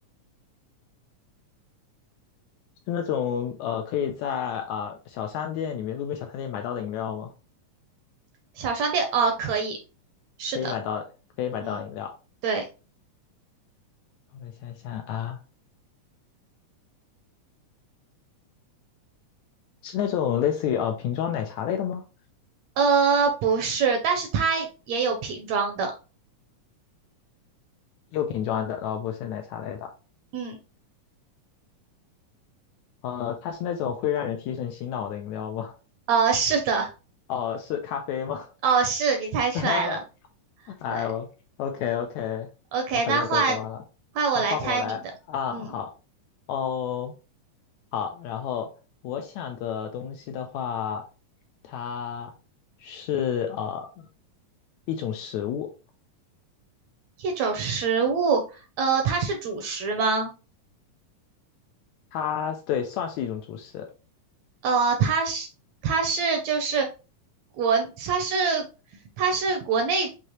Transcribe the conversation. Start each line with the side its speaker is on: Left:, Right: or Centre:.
Left: 是那种呃可以在啊、呃小商店里面、路边小商店买到的饮料吗？
Right: 小商店，呃，可以，是的，
Left: 可以买到，可以买到饮料。
Right: 嗯，对，
Left: 我想想啊，是那种类似于呃瓶装奶茶类的吗？
Right: 呃，不是，但是它也有瓶装的。
Left: 又瓶装的，然后不是奶茶类的，
Right: 嗯，
Left: 呃，它是那种会让人提神醒脑的饮料吗？
Right: 呃，是的，
Left: 哦、是咖啡吗？
Right: 哦，是你猜出来了，
Left: <laughs> 哈哈，哎呦，OK
Right: 对。
Left: OK，
Right: OK，
Left: 我好像都做完了，
Right: 那换换我来猜你的。
Left: 那换我来啊，
Right: 嗯，
Left: 好哦，好，然后我想的东西的话，它是呃一种食物，
Right: 一种食物，呃，它是主食吗？
Left: 它对算是一种主食，
Right: 呃，它是它是就是国它是它是国内